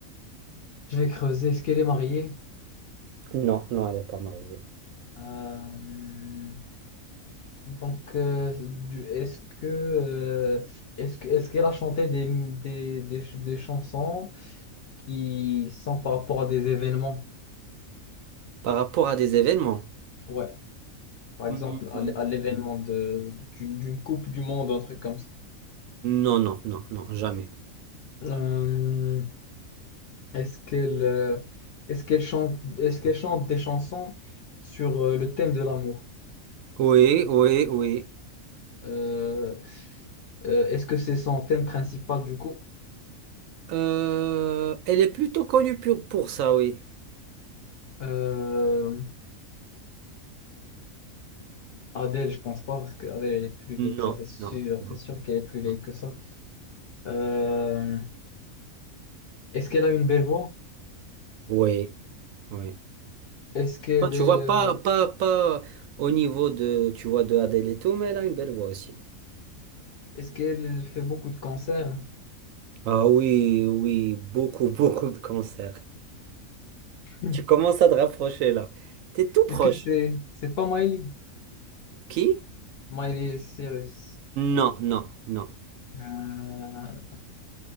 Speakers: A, on the left; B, on the right.
A: Je vais creuser. Est-ce qu'elle est mariée?
B: Non, non, elle n'est pas mariée.
A: Euh, donc, euh, du- est-ce que, euh, est-ce que, est-ce qu'elle a chanté des, des, des, ch- des chansons qui sont par rapport à des événements?
B: Par rapport à des événements?
A: Ouais, par
B: Hmm,
A: exemple, à, l- à l'événement de, d'une, d'une Coupe du Monde, un truc comme ça.
B: Non, non, non, non, jamais.
A: Euh, est-ce qu'elle, euh, est-ce qu'elle chante, est-ce qu'elle chante des chansons sur euh, le thème de l'amour?
B: Oui, oui, oui.
A: Euh, euh, est-ce que c'est son thème principal du coup?
B: Euh, elle est plutôt connue pour, pour ça, oui.
A: Euh, Adèle, je pense pas, parce qu'Adèle, elle est plus vieille que
B: Non,
A: ça, c'est sûr.
B: non, non,
A: C'est sûr qu'elle est plus vieille
B: non.
A: que ça. Euh, est-ce qu'elle a une belle voix?
B: Oui, oui.
A: Est-ce qu'elle
B: Non, tu
A: est,
B: vois,
A: euh,
B: pas, pas, pas au niveau de, tu vois, de Adele et tout, mais elle a une belle voix aussi.
A: est-ce qu'elle fait beaucoup de concerts? <clears throat>
B: Ah oui, oui, beaucoup, <laughs> beaucoup de concerts.
A: Hmm.
B: Tu commences à te rapprocher là. T'es tout proche.
A: Est-ce que c'est, c'est pas Miley?
B: Qui?
A: Miley Cyrus.
B: Non, non, non.
A: Euh,